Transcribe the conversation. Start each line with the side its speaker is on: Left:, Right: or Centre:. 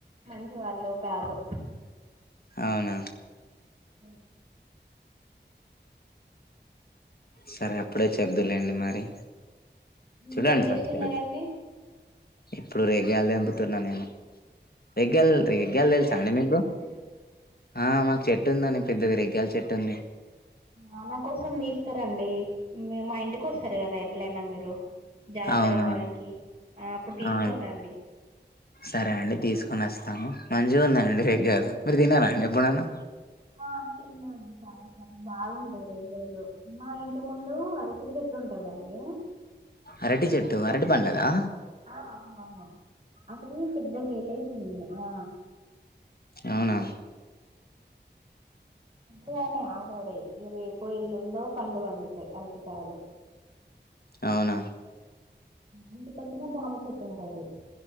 Right: మంచి వాళ్ళో కాదో
Left: అవునా
Right: అ
Left: సరే అప్పుడే చెప్తుర్లేండి మరి
Right: ఇంట్లో
Left: చూడండి
Right: ఏం చేస్తున్నండి
Left: ఫస్ట్ ఇప్పుడు రేగ్గాయలు తెంపుతున్న నేను రేగ్గాయ్ ఎగల్
Right: ఉన్నాయా
Left: ఎల్ సా
Right: అండి
Left: అణ మ్
Right: ఇప్పుడు కూడా
Left: ఆ మాకు చెట్టు ఉందండి పెద్దది రేగ్గాయల చెట్టు ఉంది
Right: ఆ నా కోసం తీస్ వస్తారండీ మీరు మా ఇంటికి వస్ వస్తారు కదా ఎట్లయినా మీరు జాతర
Left: అవునవును
Right: వరకి ఆ అప్పుడు తీసుకోని
Left: అవును
Right: రండి
Left: సరే అండి తీసుకొని వస్తాను మంచిగా ఉందండి రెగ్గాయలు మీరు తిన్నారా అండి ఎప్పుడైనా
Right: ఆ తిన్నాండి చాలా సార్లు బాగుంటాయి రేగ్గాయలు మా ఇంటి ముందు అరటి చెట్టు ఉంటదండి
Left: అరటి చెట్టు అరటి పండ్లదా
Right: ఆ అవును అవును అది పెద్ద గెల వేసింది ఆ
Left: అవునా
Right: ఇదినే ఆల్రెడీ ఇ రేపో ఇల్లుండో పండు పండుతాయి అరటి కాయలు
Left: అవునా
Right: ఇంటి పక్కన జామ చెట్టు ఉంటుంది